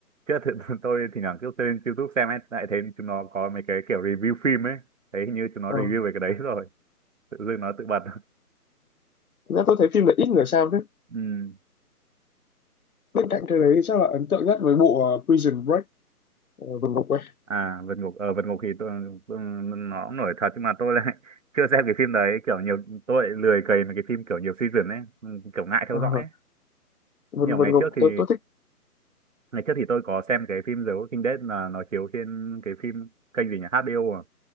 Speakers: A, on the right; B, on the left.
A: Chứ thì, <laughs> tôi thì thoảng cứ lên YouTube xem ấy, lại thấy chúng nó có mấy cái kiểu review phim ấy. Thấy hình như chúng nó
B: ờ.
A: review về cái đấy <laughs> rồi. Tự dưng nó tự bật. <laughs>
B: Thế nên tôi thấy phim này ít người xem thế
A: Ừ.
B: bên cạnh cái đấy thì chắc là ấn tượng nhất với bộ uh, Prison Break uh, vân ngục ấy
A: À, Vượt Ngục, ở Vượt Ngục thì tôi, tôi, nó cũng nổi thật nhưng mà tôi lại <laughs> chưa xem cái phim đấy. Kiểu nhiều, tôi lại lười cày mấy cái phim kiểu nhiều season ấy. ừ, Kiểu ngại theo
B: Ờ,
A: dõi ấy.
B: vân
A: Nhiều
B: vân
A: ngày
B: ngục
A: trước thì,
B: tôi tôi thích
A: ngày trước thì tôi có xem cái phim The Walking Dead là nó chiếu trên cái phim kênh gì nhỉ? HBO à.